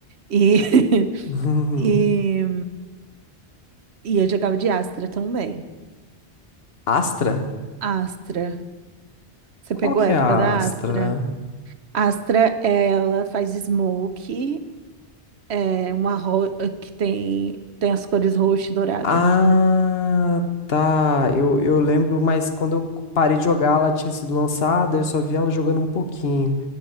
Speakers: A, on the right; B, on the left.
A: E, <laughs>
B: <laughs>
A: e, e eu jogava de Astra também.
B: Astra?
A: Astra. Você
B: Qual
A: pegou
B: que
A: a época
B: é a
A: da
B: Astra?
A: Astra. Astra, é, ela faz smoke, é uma ro- que tem, tem as cores roxa e dourada.
B: Ah, tá. Eu, eu lembro, mas quando eu parei de jogar, ela tinha sido lançada, eu só vi ela jogando um pouquinho.